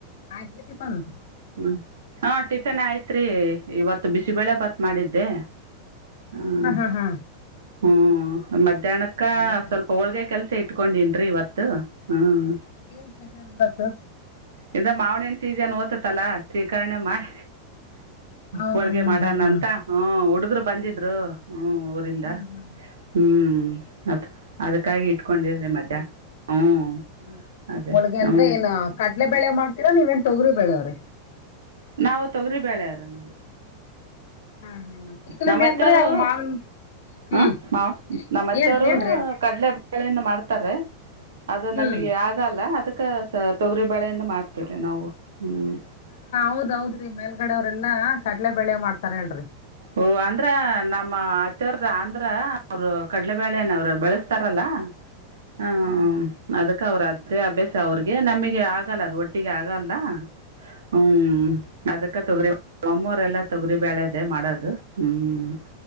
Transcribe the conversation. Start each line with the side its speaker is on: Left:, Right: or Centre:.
Left: ಆಯ್ತು ತಿಪನ್
Right: ಹ್ಮ್ ಹಾ ಟಿಫಿನ್ ಆಯ್ತ್ರಿ ಇವತ್ತು ಬಿಸಿಬಳೆ ಭತ್ ಮಾಡಿದ್ದೆ ಹ್ಮ್
Left: ಹ್ಮ ಹಾ ಹಾ
Right: ಹ್ಮ್ ಮತ್ತ ತಣಕ್ಕ
Left: ಹೌದಾ
Right: ಸ್ವಲ್ಪ ಹೋಳಿಗೆ ಕೆಲ್ಸ ಇಟ್ಕೊಂಡನ್ರಿ ಇವತ್ತು ಹ್ಮ್
Left: ಏನ್ ಖುಷಾಲ ಇವತ್ತು <unintelligible> <inaudible>
Right: ಇದ ಮಾವಣ್ಣನ್ ಸೀಜನ್ ಓ್ತದೆ ತಲಾ ಸ್ವೀಕರಣೆ ಮಾಡಿ
Left: ಹಾ
Right: ಹೋಳಿಗೆ ಮಾಡಣಂತ
Left: ಹಾ ಹಾ
Right: ಹ ಹುಡು ಹಗರು ಬಂದಿದ್ರು ಹ್ಮ ಊರಿಂದ
Left: ಹ್ಮ್ ಹ್ಮ್
Right: ಹ್ಮ್ ಅತ್ ಅದ್ಕ್ಕಾಗಿ ಇಟ್ಕೊಂಡಿರ್ರಿ ಮಧ್ಯಾಹ್ನ ಹ್ಞೂ
Left: ಹ್ಮ
Right: ಅದೇ
Left: ಹೋಳಿಗೆ
Right: ಹ್ಞೂ
Left: ಅಂದ್ರೆ ಏನ್ ಕಟ್ಲೆ ಬೆಳೆ ಮಾಡ್ತೀರಾ ನೀವೇನ್ ತೊಗರಿ ಬೆಳೆವ ಹ <inaudible>
Right: ನಾವು ತೊಗರಿ ಬೆಳರ ನಾವು
Left: ಹಾ ಹಾ ಚಿಕಣಿ
Right: ನಮ್ಮತ್ತರು
Left: ಅಂದ್ರೆ ಮಾವಿನ ಹ್ಮ್
Right: ಹ ನಮ್ಮತ್ತವರು
Left: ಏನ್ ಹೇಳ್ರಿ ಹೇಳ್ರಿ
Right: ಕಡಲೆ ಳೆಯನ್ನು ಮಾಡ್ತಾರ ಅದು
Left: ಹ್ಮ್
Right: ನಮಗೆ ಆಗಲ್ಲ ಅದ ತೊಗರಿ ಬಾಳೆಯಿಂದ ಮಾಡ್ತೀವ್ರ ನಾವು ಹ್ಮ್
Left: ಹೌದೌದ್ರೀ ಮೇಲ್ಗಡ ಅವ್ರಲ್ಲಾ ಕಳೆ ಬೆಳೆ ಮಾಡ್ತಾರ ಹೇಳರಿ
Right: ಓ ಅಂದ್ರ ನಮ್ಮ ಅತ್ತೆವ್ರದ ಅಂದ್ರ ಅವರು ಕಡ್ಲೆಬೇಳೆನ ಅವರು ಬೆಳೆಸ್ತಾರಲ್ಲ ಹ್ಮ
Left: ಹ್ಮ್
Right: ಅದಕ್ಕ ಅವರ ಅ ಅದೇ ಅಭ್ಯಾಸ ಅವ್ರಿಗೆ ನಮಗೆ ಆಗಲ್ಲ ಅದು ಒಟ್ಟಿಗೆ ಆಗಲ್ಲ ಹ್ಮ್ ಅದಕ್ಕೆ ತೊಗರಿ ಒಮ್ಮೂರೆಲ್ಲ ತೊಗರಿ ಬೆಳೆದೇ ಮಾಡೋದು ಹ್ಮ್